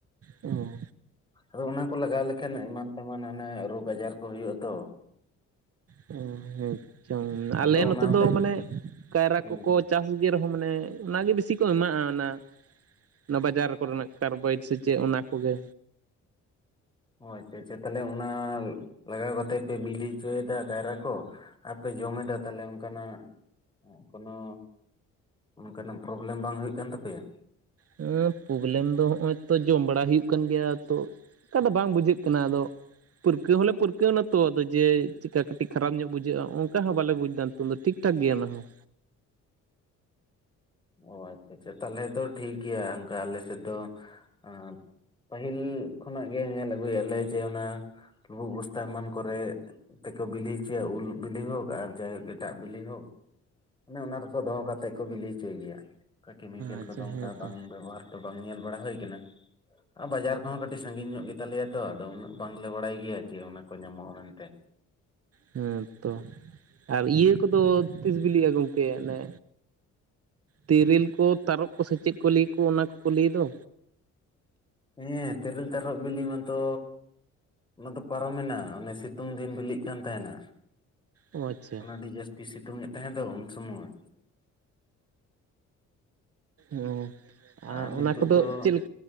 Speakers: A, on the right; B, on the left.
A: ᱚ
B: ᱟᱫᱚ ᱚᱱᱟ ᱠᱚ ᱞᱟᱜᱟᱣ ᱞᱮᱠᱷᱟᱱ ᱮᱢᱟᱱ ᱛᱮᱢᱟᱱ ᱢᱟᱱᱮ <unintelligible> ᱨᱳᱜᱽ ᱟᱡᱟᱨ ᱠᱚ ᱦᱩᱭᱩᱜᱼᱟ ᱛᱚ᱾
A: ᱦᱩᱸ ᱦᱩᱸ ᱟᱞᱮ
B: ᱟᱫᱚ
A: ᱱᱚᱛᱮ
B: ᱚᱱᱟ ᱦᱚᱛᱮᱫ
A: ᱫᱚ ᱢᱟᱱᱮ ᱠᱟᱭᱨᱟ
B: ᱦᱩᱸ
A: ᱠᱚᱠᱚ, ᱪᱟᱥ ᱜᱮ ᱨᱮᱦᱚᱸ ᱢᱟᱱᱮ ᱚᱱᱟᱜᱮ ᱵᱤᱥᱤ ᱠᱚ ᱮᱢᱟᱜᱼᱟ ᱚᱱᱟ, ᱚᱱᱟ ᱵᱟᱡᱟᱨ ᱠᱚᱨᱮᱱᱟᱜ ᱠᱟᱨᱵᱟᱭᱮᱰ ᱥᱮ ᱪᱮᱫ ᱚᱱᱟ ᱠᱚᱜᱮ᱾
B: ᱚ ᱟᱪᱪᱷᱟ ᱟᱪᱪᱷᱟ ᱛᱟᱦᱚᱞᱮ ᱚᱱᱟ ᱞᱟᱜᱟᱣ ᱠᱟᱛᱮᱫ ᱯᱮ ᱵᱤᱞᱤ ᱦᱚᱪᱚᱭᱮᱫᱟ ᱠᱟᱭᱨᱟ ᱠᱚ᱾ ᱟᱨᱯᱮ ᱡᱚᱢ ᱮᱫᱟ ᱛᱟᱦᱞᱮ ᱚᱱᱠᱟᱱᱟᱜ ᱠᱳᱱᱳ, ᱚᱱᱠᱟᱱᱟᱜ ᱯᱨᱚᱵᱞᱮᱢ ᱵᱟᱝ ᱦᱩᱭᱩᱜ ᱠᱟᱱ ᱛᱟᱯᱮᱭᱟ᱾
A: ᱦᱮᱸ ᱯᱨᱚᱵᱞᱮᱢ ᱫᱚ ᱱᱚᱜᱼᱚᱭ ᱛᱚ ᱡᱚᱢ ᱵᱟᱲᱟ ᱦᱩᱭᱩᱜ ᱠᱟᱱ ᱜᱮᱭᱟ ᱛᱚ᱾ ᱚᱱᱠᱟ ᱫᱚ ᱵᱟᱝ ᱵᱩᱡᱷᱟᱹᱜ ᱠᱟᱱᱟ ᱟᱫᱚ᱾ ᱯᱟᱹᱨᱠᱟᱹᱣ ᱦᱚᱸᱞᱮ ᱯᱟᱹᱨᱠᱟᱹᱣᱱᱟ ᱛᱚ ᱟᱫᱚ ᱡᱮ ᱪᱮᱠᱟ ᱠᱟᱹᱴᱤᱡ ᱠᱷᱟᱨᱟᱯ ᱧᱚᱜ ᱵᱩᱡᱷᱟᱹᱜᱼᱟ ᱚᱱᱠᱟ ᱦᱚᱸ ᱵᱟᱞᱮᱵᱩᱡᱽᱫᱟ, ᱱᱤᱛᱚᱜ ᱫᱚ ᱴᱷᱤᱠ ᱴᱷᱟᱠ ᱜᱮᱭᱟ ᱚᱱᱟ ᱦᱚᱸ
B: ᱚ ᱟᱪᱪᱷᱟ ᱟᱪᱪᱷᱟ ᱛᱟᱦᱞᱮ ᱫᱚ ᱴᱷᱤᱠ ᱜᱮᱭᱟ ᱚᱱᱠᱟ ᱟᱞᱮ ᱥᱮᱫ ᱫᱚ ᱟᱸ, ᱯᱟᱹᱦᱤᱞ ᱠᱷᱚᱱᱟᱜ ᱜᱮ ᱧᱮᱞ ᱟᱹᱜᱩᱭᱮᱫ ᱞᱮ ᱡᱮ ᱚᱱᱟ ᱞᱩᱵᱩᱜ ᱵᱚᱥᱛᱟ ᱮᱢᱟᱱ ᱠᱚᱨᱮ ᱛᱮᱠᱚ ᱵᱤᱞᱤ ᱦᱚᱪᱚᱭᱟ ᱩᱞ ᱵᱤᱞᱤ ᱦᱳᱠ ᱟᱨ ᱡᱟᱭᱦᱳᱠ ᱮᱴᱟᱜ ᱵᱤᱞᱤ ᱦᱳᱠ᱾ ᱚᱱᱮ ᱚᱱᱟ ᱨᱮᱠᱚ ᱫᱚᱦᱚ ᱠᱟᱛᱮᱫ ᱠᱚ ᱵᱤᱞᱤ ᱦᱚᱪᱚᱭ ᱜᱮᱭᱟ ᱠᱮᱢᱤᱠᱮᱞ
A: ᱟᱪᱪᱷᱟ
B: ᱠᱚᱫᱚ ᱚᱱᱠᱟ
A: ᱦᱮᱸ
B: ᱵᱟᱝ
A: ᱛᱚ
B: ᱵᱮᱵᱚᱦᱟᱨ ᱛᱚ ᱵᱟᱝ ᱧᱮᱞ ᱵᱟᱲᱟ ᱦᱩᱭ ᱠᱟᱱᱟ᱾ ᱟᱨ ᱵᱟᱡᱟᱨ ᱠᱚᱦᱚᱸ ᱠᱟᱹᱴᱤᱡ ᱥᱟᱺᱜᱤᱧ ᱧᱚᱜ ᱜᱮᱛᱟᱞᱮᱭᱟ ᱛᱚ ᱟᱫᱚ ᱩᱱᱟᱹᱜ ᱵᱟᱝᱞᱮ ᱵᱟᱲᱟᱭ ᱜᱮᱭᱟ ᱡᱮ ᱚᱱᱟ ᱠᱚ ᱧᱟᱢᱚᱜᱼᱟ ᱢᱮᱱᱛᱮ᱾
A: ᱦᱮᱸ ᱛᱚ᱾ ᱟᱨ ᱤᱭᱟᱹ ᱠᱚᱫᱚ ᱛᱤᱥ ᱵᱤᱞᱤᱜᱼᱟ ᱜᱚᱝᱠᱮ ᱚᱱᱮ ᱛᱮᱨᱤᱞ ᱠᱚ ᱛᱟᱨᱚᱯ ᱠᱚᱥᱮ ᱪᱮᱫ ᱠᱚ ᱞᱟᱹᱭ ᱠᱚ ᱚᱱᱟ ᱠᱚᱠᱚ ᱞᱟᱹᱭ ᱫᱚ᱾
B: ᱦᱮᱸ ᱛᱮᱨᱤᱞ ᱛᱟᱨᱚᱯ ᱵᱤᱞᱤ ᱢᱟᱛᱚ ᱚᱱᱟ ᱫᱚ ᱯᱟᱨᱚᱢᱮᱱᱟ ᱚᱱᱮ ᱥᱤᱛᱩᱝ ᱫᱤᱱ ᱵᱤᱞᱤᱜ ᱠᱟᱱ ᱛᱟᱦᱮᱱᱟ᱾
A: ᱚ ᱟᱪᱪᱷᱟ
B: ᱚᱱᱮ ᱟᱹᱰᱤ ᱡᱟᱹᱥᱛᱤ ᱥᱤᱛᱩᱝ ᱮᱫ ᱛᱟᱦᱮᱸ ᱫᱚ ᱩᱱ ᱥᱩᱢᱚᱭ᱾
A: ᱚ,
B: ᱟᱨ
A: ᱟ
B: ᱱᱤᱛᱚᱜ
A: ᱚᱱᱟ ᱠᱚᱫᱚ
B: ᱫᱚ
A: ᱪᱮᱫᱞᱮᱼᱼ